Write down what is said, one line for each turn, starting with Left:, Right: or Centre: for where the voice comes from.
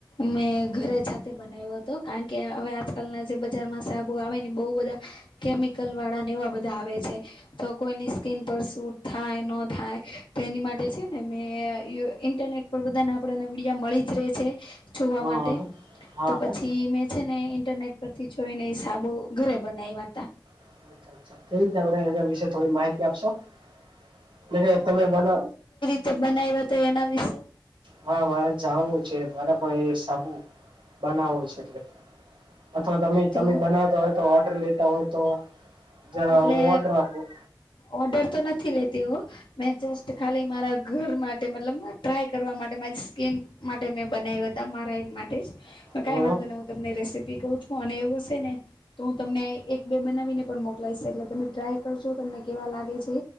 Left: મેં ઘરે જાતે બનાયવો હતો કારણ કે હવે આજકાલના જે બજારમાં સાબુ આવે ને બહુ બધા કેમિકલ વાળા ને એવા બધા આવે છે. તો કોઈની સ્કીન પર સૂટ થાય ન થાય તો એની માટે છે ને મેં અ ઇન્ટરનેટ આપણા બધાને આપડે ને વિડિયા મળી જ રે છે જોવા
Right: હા
Left: માટે
Right: હા હા
Left: તો પછી
Right: હા.
Left: મે છે ને ઇન્ટરનેટ પરથી જોઈને સાબુ ઘરે બનાયવાતા
Right: અચ્છા કઈ રીતે આપડે એના વિશે થોડી માહિતી આપશો એટલે કે તમે બન
Left: તો બનાઈવા તો એના વિશે
Right: હા મારે જાણવું છે મારે પણ એ સાબુ બનાવવો છે એટલે અથવા તમે
Left: તો
Right: તમે બનાવતા હોય તો ઓર્ડર લેતા હોય તો જણાઓ
Left: એટલે
Right: હું ઑર્ડર આપું
Left: ઓર્ડર તો નથી લેતીહો મે જસ્ટ ખાલી મારા ઘર માટે મતલબ ટ્રાય કરવા માટે મારી સ્કીન માટે મેં બનાયવા હતા મારા એક માટે જ પણ
Right: હમ
Left: કાઈ વાંધો નત મે રેસી ઈ કઉ છું અને એવું હશે ને. તો હું તમને એક બે બનાવીને પણ મોકલાઈશ એટલે તમે ટ્રાય કરજો તમને કેવા લાગે છે.